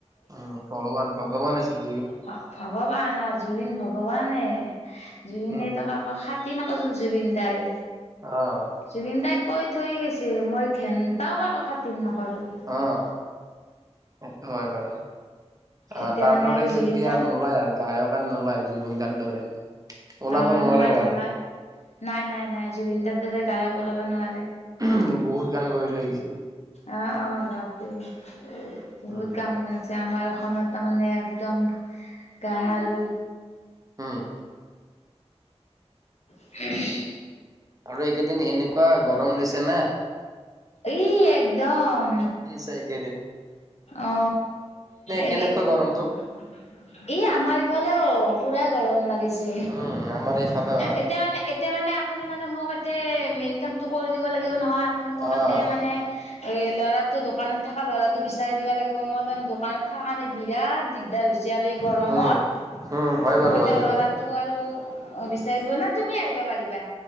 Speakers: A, on the right (about 30°); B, on the left (about 70°).
A: উ'ম ভগৱান, ভগৱান আছিলে।
B: ভ-ভগৱান অ' জুবিন ভগৱানে জুবিনেতো
A: উম,
B: কাকো খাটিৰ নকৰিচিল জুবিন দাই
A: অ',
B: জুবিন দাই কৈ থৈ গৈছিল, মই ঘেণ্টাও কাকো খাতিৰ নকৰোঁ।
A: অ' সেইতো মই ভাবিছোঁ আ'
B: এতিয়া
A: তাৰটো
B: মানে আৰু
A: দেখিলো
B: জুবিন
A: এতিয়া
B: দাক
A: নুলাই আৰু গায়কো নুলাই জুবিন দাৰ ওলাব
B: অ'
A: নোৱাৰে
B: নুলাই,
A: বাৰ
B: নুলাই নাই, নাই, নাই জুবিন তাৰ দৰে গায়ক ওলাব নোৱাৰে
A: উ'ম বহুত গান গৈ থৈ গৈছে
B: অ' অ' বাপৰেই বহুত
A: উম,
B: কাম হৈ আছে আমাৰ অসমত তাৰমানে একদম গান আৰু
A: উ'ম
B: <unintelligible>
A: আৰু এইকেইদিন এনেকুৱা গৰম দিছে না
B: ই একদম
A: তে কেইদিন
B: অ এই
A: কেনেকুৱা
B: ই
A: গৰমটো?
B: আমাৰ ইফালেও পুৰা গৰম লাগিছে
A: উম, আমাৰ এইফালে
B: এতিয়া মানে এতিয়া মানে আপুনি মানে মোক এতে মেইন কামটো কৰি দিব লাগিব নহয় আপুনি
A: অ'।
B: মোক নে এ ল'ৰাটো দোকানত থকা ল'ৰাটো বিচাৰি দিবা লাগিব মই তানে দোকানত থকা কাৰণে বিৰাট দিগদাৰ হৈছে চেয়াৰে এই গৰমত
A: উম, উম, হয় বাৰু
B: মোৰ সৈতে
A: হয় বাৰু।
B: ল'ৰা তো আৰু বিচাৰি দিব না তুমি আহিবা পাৰিবা